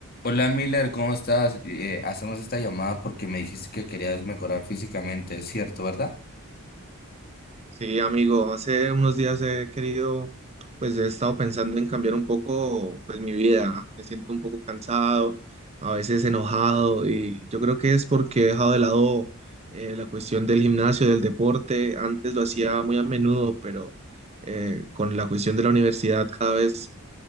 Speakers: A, on the left (about 45°); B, on the right (about 30°).
A: Hola Miller, ¿cómo estás? Eh, hacemos esta llamada porque me dijiste que querías mejorar físicamente, ¿es cierto, verdad?
B: Sí, amigo, hace unos días he querido, pues he estado pensando en cambiar un poco, pues mi vida. Me siento un poco cansado, a veces enojado y yo creo que es porque he dejado de lado eh, la cuestión del gimnasio, del deporte. Antes lo hacía muy a menudo, pero eh, con la cuestión de la universidad cada vez